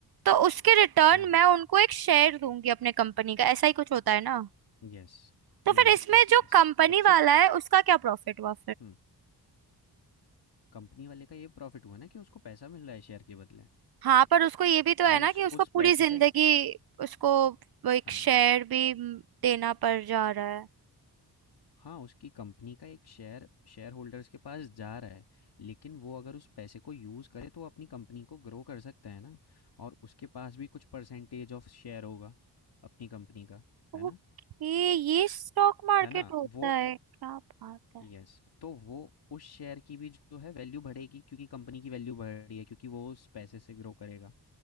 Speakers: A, on the right; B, on the left.
A: तो उसके रिटर्न
B: हाँ
A: मैं उनको एक शेयर दूंगी अपने कंपनी का ऐसा ही कुछ होता है ना
B: Yes
A: तो फिर
B: yes
A: इसमें
B: yes
A: जो
B: yes
A: कंपनी
B: सबसे
A: वाला
B: प-
A: है उसका क्या प्रॉफिट हुआ
B: हम्म कंपनी वाले का ये प्रॉफिट हुआ ना कि उसको पैसा मिल रहा है शेयर के बदले
A: हाँ पर उसको ये भी तो है
B: वो
A: ना
B: उस
A: कि उसको
B: उस
A: पूरी
B: पैसे
A: जिंदगी
B: से
A: उसको वो एक
B: हाँ
A: शेयर भी म, देना पड़ जा रहा है
B: हाँ, उसकी कंपनी का एक शेयर शेयरहोल्डर्स के पास जा रहा है, लेकिन वो अगर उस पैसे को यूज़ करे तो वो अपनी कंपनी को ग्रो कर सकता है ना और उसके पास भी कुछ परसेंटेज ऑफ शेयर होगा अपनी कंपनी का,
A: ओके
B: है ना?
A: ये स्टॉक मार्केट
B: है ना?
A: होता
B: वो
A: है क्या बात है
B: यस, तो वो उस शेयर की भी जो है वैल्यू बढ़ेगी क्योंकि कंपनी की वैल्यू बढ़ रही है क्योंकि वो उस पैसे से ग्रो करेगा।